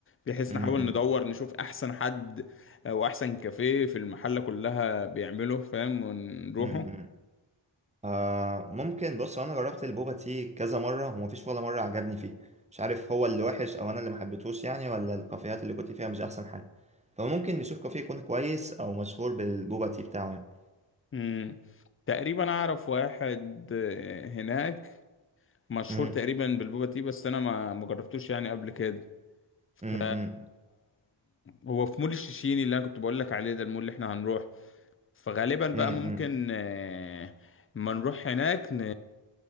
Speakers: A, on the left; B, on the right.
A: بحيث
B: م- م-
A: نحاول ندور نشوف احسن حد او احسن كافيه في المحلة كلها بيعمله فاهم ونروحه
B: م- م. آه ممكن بص هو انا جربت البوبا تي كذا مره ومفيش ولا مره عجبني فيه مش عارف هو اللي وحش او انا اللي محبتهوش يعني ولا الكافيهات اللي كنت فيها مش احسن حاجه فممكن نشوف كافيه يكون كويس او مشهور بالبوبا تي بتاعه يعني
A: مم. تقريبا اعرف واحد آه، هناك مشهور
B: امم
A: تقريبا بالبوبا تي بس انا ما ما جربتوش يعني قبل كده ف
B: امم
A: هو في مول الشيشيني اللي انا كنت بقول لك عليه ده المول اللي احنا هنروح فغالبا بقى
B: امم
A: ممكن آه، ما نروح هناك ن...